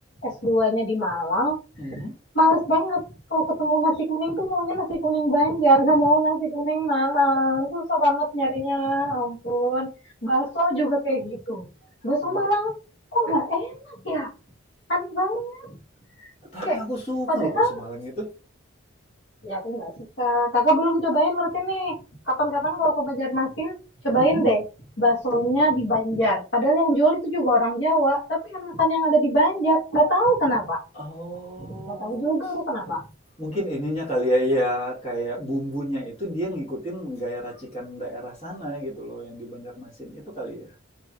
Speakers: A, on the left; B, on the left.
A: S2-nya di Malang,
B: Mhm.
A: males banget kalau ketemu nasi kuning tuh maunya nasi kuning Banjar, nggak mau nasi kuning Malang. Susah banget nyarinya, ampun. Bakso juga kayak gitu. Bakso
B: Bu-
A: Malang kok nggak enak ya? Aneh banget.
B: Tapi
A: Kayak,
B: aku suka
A: padahal
B: loh bakso Malang itu.
A: Ya aku nggak suka. Kakak belum cobain berarti nih. Kapan-kapan kalau ke Banjarmasin, cobain
B: Mhm.
A: deh baksonya di Banjar. Padahal yang jual itu juga orang Jawa, tapi enakan yang ada di Banjar. Nggak tahu kenapa.
B: Oh.
A: Nggak tahu juga aku kenapa.
B: Mungkin ininya kali ya, iya kayak bumbunya itu dia ngikutin gaya racikan daerah sana gitu loh yang di Banjarmasin itu kali ya.